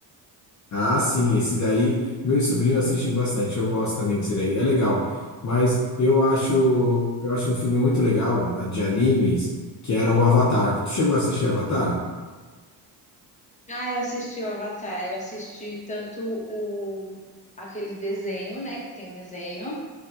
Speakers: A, on the left; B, on the left.
A: Ah, sim, esse daí, meus sobrinhos assistem bastante. Eu gosto também desse daí, é legal. Mas eu acho, eu acho um filme muito legal, né, de animes, que era o Avatar. Tu chegou a assistir Avatar?
B: Ah, eu assisti o Avatar, eu assisti tanto o aquele desenho, né? Que tem o desenho.